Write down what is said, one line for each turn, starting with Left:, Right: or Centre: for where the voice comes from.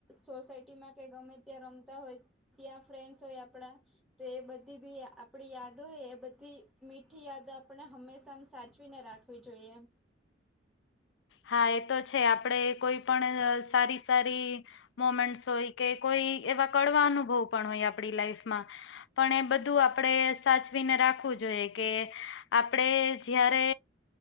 Centre: સોસાયટીમાં કે ગમે ત્યાં રમતા હોય ત્યાં ફ્રેન્ડસ હોય આપડા તો એ બધી બી આપડી યાદો હોય એ બધી મીઠી યાદો આપણે હંમેશા સાચવીને રાખી વી જોઈએ
Left: હા એ તો છે આપડે કોઈ પણ સારી સારી મોમેન્ટસ હોય કે કોઈ એવા કડવા અનુભવ પણ હોય આપણી લાઈફમાં પણ એ બધું આપણે સાચવીને રાખવું જોઈએ કે આપણેે જ્યારે